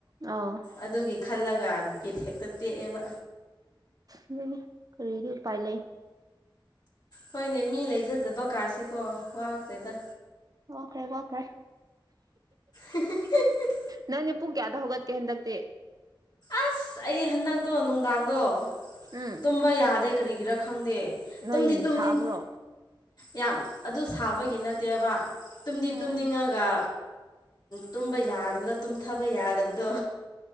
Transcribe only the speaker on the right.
ꯑ
ꯎꯝ ꯀꯔꯤꯗꯤ ꯎꯄꯥꯏ ꯂꯩ
ꯋꯥꯈ꯭ꯔꯦ ꯋꯥꯈ꯭ꯔꯦ
ꯅꯪꯅꯦ ꯄꯨꯡ ꯀꯌꯥꯗ ꯍꯧꯒꯠꯀꯦ ꯍꯟꯗꯛꯇꯤ
ꯎꯝ
ꯅꯣꯏ
ꯁꯥꯕ꯭ꯔꯣ
ꯎꯝ